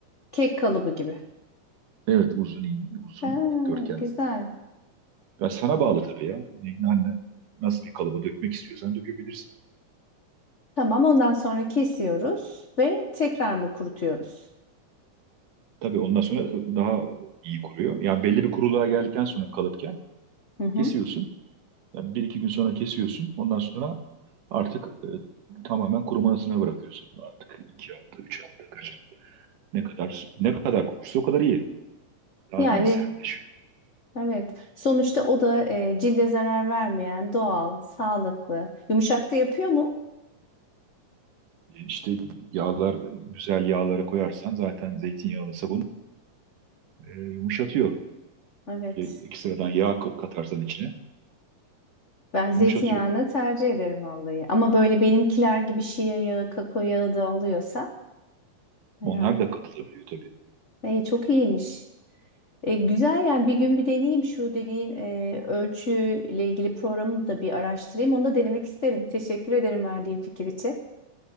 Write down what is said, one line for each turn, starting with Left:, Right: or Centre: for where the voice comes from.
Left: Kek kalıbı gibi.
Right: Evet uzun in- uzun
Left: Ha,
Right: dikdörtgen.
Left: güzel.
Right: Ben sana bağlı tabii ya. Ne- ne- Nasıl bir kalıba dökmek istiyorsan dökebilirsin.
Left: Tamam, ondan sonra kesiyoruz ve tekrar mı kurutuyoruz?
Right: Tabii ondan sonra e, daha iyi kuruyor. Yani belli bir kuruluğa geldikten sonra kalıpken
Left: Hı hı.
Right: kesiyorsun. Yani bir iki gün sonra kesiyorsun. Ondan sonra artık e, tamamen kurumasına bırakıyorsun. Artık iki hafta, üç hafta, kaç hafta. Ne kadar ne kadar kurursa o kadar iyi. Daha
Left: Yani
Right: iyi sertleşiyor.
Left: evet. Sonuçta o da e, cilde zarar vermeyen, doğal, sağlıklı. Yumuşak da yapıyor mu?
Right: İşte yağlar güzel yağlara koyarsan zaten zeytinyağlı sabun e, yumuşatıyor.
Left: Evet.
Right: E, İki sıradan yağ ka- katarsan içine
Left: Ben zeytinyağını
Right: yumuşatıyor.
Left: tercih ederim vallahi. Ama böyle benimkiler gibi şia yağı, kakao yağı da oluyorsa yani
Right: Onlar da katılabiliyor tabii.
Left: e, çok iyiymiş. E, güzel yani bir gün bir deneyeyim şu dediğin e, ölçüyle ilgili programı da bir araştırayım. Onu da denemek isterim. Teşekkür ederim verdiğin fikir için.